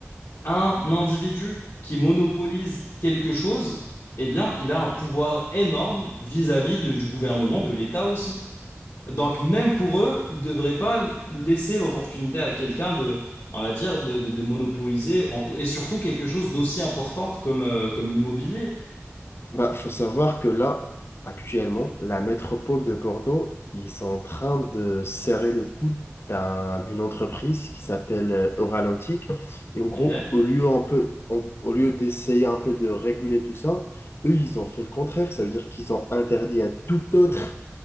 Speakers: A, on the left (about 75°); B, on the left (about 55°).
A: un individu qui monopolise quelque chose, eh bien, il a un pouvoir énorme vis-à-vis de- du gouvernement, de l'État aussi. Donc, même pour eux, ils ne devraient pas laisser l'opportunité à quelqu'un de, on va dire, de, de- de monopoliser, en tout- et surtout quelque chose d'aussi importante comme, euh, comme l'immobilier.
B: Bah, faut savoir que là, actuellement, la métropole de Bordeaux, ils sont en train de serrer le coude d'un- d'une entreprise qui s'appelle euh, Oralantic. Et en gros,
A: Ok.
B: au lieu un peu, en- au lieu d'essayer un peu de réguler tout ça, eux, ils ont fait le contraire. Ça veut dire qu'ils ont interdit à toute autre